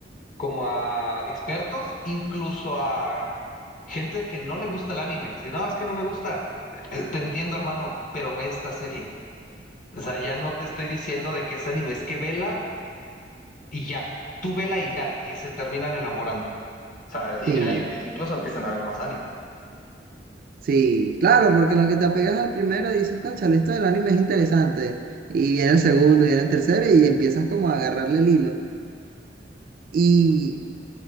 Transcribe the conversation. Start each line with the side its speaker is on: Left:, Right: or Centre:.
Left: como a expertos, incluso a gente que no le gusta el anime. Si no, es que no me gusta, eh, te entiendo, hermano, pero ve esta serie. O sea, ya no te estoy diciendo de que es anime, es que vela y ya, tú vela y ya, y se terminan enamorando. O sea, y
Right: Sí,
Left: de ahí empie- incluso empiezan a ver más anime.
Right: sí, claro, porque en lo que te apegas al primero dices, cónchale, esto del anime es interesante. Y viene el segundo, y viene el tercero, y empiezas como a agarrarle el hilo. y